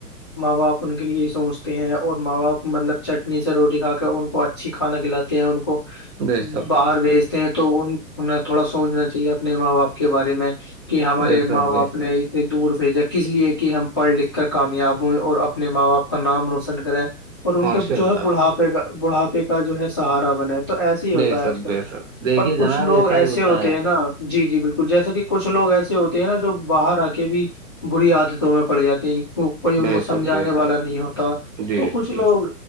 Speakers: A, on the left (about 20°); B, on the right (about 55°).
A: ماں باپ ان کے لیے سوچتے ہیں اور ماں باپ مطلب چٹنی سے روٹی کھاتے ان کو اچھی کھانا کلاتے ہیں ان کو
B: بے شک
A: باہر بھیجتے ہیں تو ان انہیں تھوڑا سوچنا چاہیے اپنے ماں باپ کے بارے میں کہ ہمارے
B: بے شک
A: ماں باپ
B: بے شک
A: نے دور بھیجا کس لیے کہ ہم پڑھ لکھ کر کامیاب ہوئے اور اپنے ماں باپ کا نام روشن کرے اور ان
B: ماشاء
A: کے جو
B: اللہ
A: ہے بڑھاپے کا بڑھاپے کا جو ہے سہارا بنے تو ایسے ہی ہوتا
B: بے
A: ہے
B: شک
A: آج کل
B: بے شک دیکھیے
A: پر کچھ
B: جناب
A: لوگ
B: ایسا
A: ایسے
B: ہی ہوتا
A: ہوتے ہیں نا جی جی بالکل جیسا کہ کچھ لوگ ایسے ہوتے ہیں نا جو باہر آ کے بھی بری عادتوں میں پڑ جاتے ہیں کوئی ان
B: بے
A: کو
B: شک
A: سمجھانے
B: بے شک
A: والا نہیں ہوتا تو
B: جی
A: کچھ
B: جی
A: لوگ